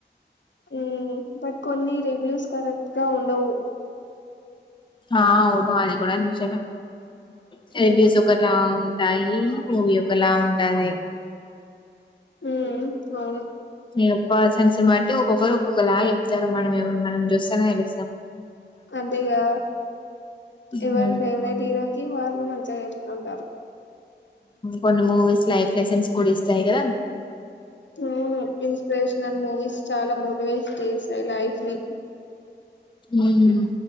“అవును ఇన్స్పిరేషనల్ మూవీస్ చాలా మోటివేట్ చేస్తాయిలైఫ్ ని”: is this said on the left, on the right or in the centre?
Left